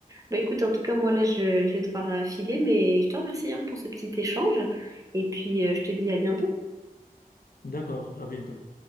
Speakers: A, on the right; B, on the left.
A: Bah écoute, en tout cas, moi là, je, je vais devoir euh, filer, mais je te remercie hein, pour ce petit échange et puis euh, je te dis à bientôt.
B: D'accord, à bientôt.